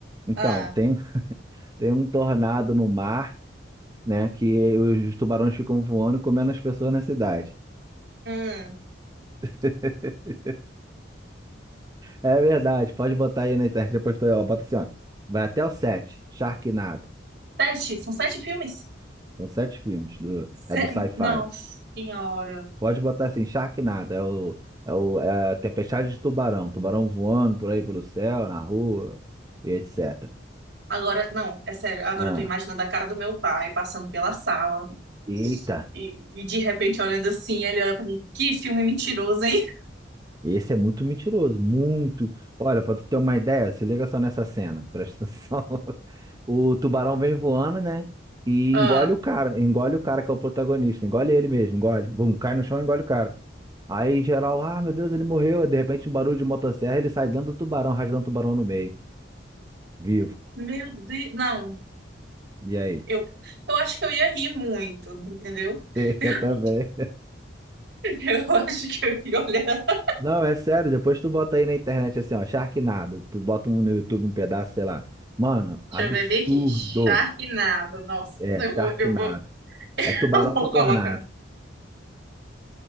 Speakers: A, on the right; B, on the right.
A: Então,
B: Ah,
A: tem, <laughs> tem um tornado no mar, né, que os tubarões ficam voando e comendo as pessoas na cidade.
B: hum.
A: <laughs> É verdade, pode botar aí na internet depois que tu, ó, bota assim, ó, vai até o 7, Sharknado.
B: Sete, são sete filmes?
A: São sete filmes. do-
B: Se-
A: é do sci-fi.
B: Nossa senhora.
A: Pode botar assim, Sharknado. É o, é o, é a Tempestade de Tubarão. Tubarão voando por aí pelo céu, na rua, e etc.
B: Agora, não, é sério, agora
A: Ah,
B: eu tô imaginando a cara do meu pai passando pela sala
A: eita.
B: e, e de repente olhando assim, ele olha pra mim, que filme mentiroso, hein? <laughs>
A: Esse é muito mentiroso, muito. Olha, pra tu ter uma ideia, se liga só nessa cena, presta atenção. <laughs> O tubarão vem voando, né? E
B: Ah,
A: engole o cara, engole o cara que é o protagonista, engole ele mesmo, engole. Bum, cai no chão e engole o cara. Aí geral, ah, meu Deus, ele morreu. Aí, De repente, um barulho de motosserra, ele sai dentro do tubarão, rasgando o tubarão no meio, vivo.
B: meu Deus, não,
A: E aí?
B: eu, eu acho que eu ia rir muito, entendeu?
A: <laughs>
B: <laughs>
A: Eu também.
B: Eu acho que eu ia olhar. Deixa
A: Não, é sério, depois tu bota aí na internet assim, ó, Sharknado, tu bota um no YouTube um pedaço, sei lá. Mano, absurdo.
B: eu ver bem aqui, Sharknado, nossa,
A: É,
B: eu
A: Sharknado.
B: vou, eu vou,
A: É
B: <laughs>
A: tubarão
B: Eu vou
A: com tornado.
B: colocar.